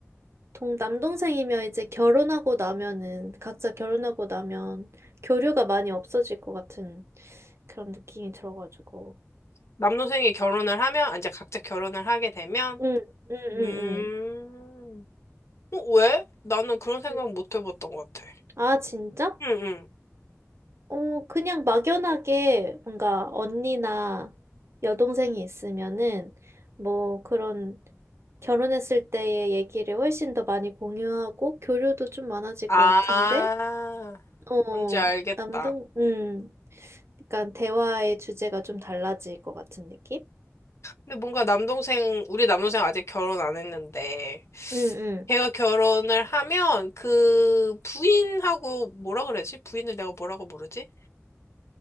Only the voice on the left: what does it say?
남동생이 결혼을 하면, 아, 이제 각자 결혼을 하게 되면,
음,
어, 왜? 나는 그런 생각
못 해봤던 것 같아.
응, 응.
아,
뭔지 알겠다.
근데 뭔가 남동생, 우리 남동생 아직 결혼 안 했는데,
걔가 결혼을 하면 그 부인하고 뭐라 그러지? 부인을 내가 뭐라고 부르지?